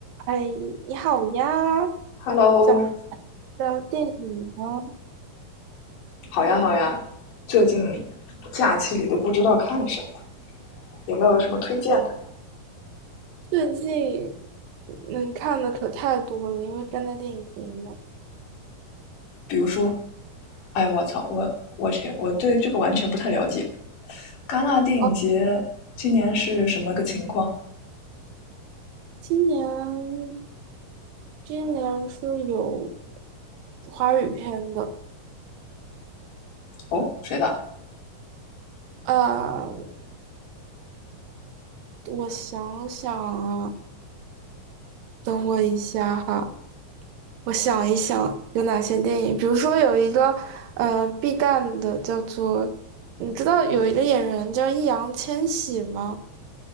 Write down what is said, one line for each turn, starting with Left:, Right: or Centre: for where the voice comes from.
Right: 哎，你好呀，
Left: Hello，
Right: 想聊聊电影吗？
Left: 好呀好呀，最近假期里都不知道看什么，有没有什么推荐的？
Right: 最近能看的可太多了，因为正在电影节嘛。
Left: 比如说，哎，我操，我我去，我对这个完全不太了解。戛纳电影节今年是什么个情况？
Right: 哦，今年今年是有华语片的，
Left: 哦，谁的？
Right: 呃，我想想啊，等我一下哈，我想一想有哪些电影，比如说有一个呃 B 站的叫做，你知道有一个演员叫易烊千玺吗？